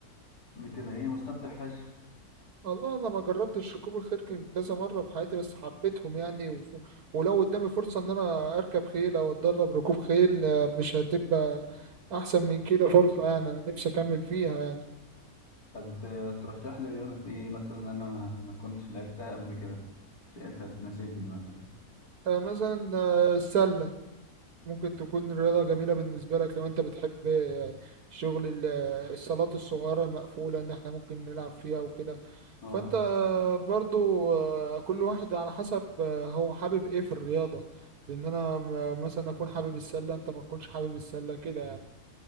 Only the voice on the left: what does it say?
بتبقى ايه مستمتع فشخ
طب ت- ترشح لي رياضة ايه مثلا انا ما ما كنتش لعبتها قبل كده شايفها تناسبني مثلا
اه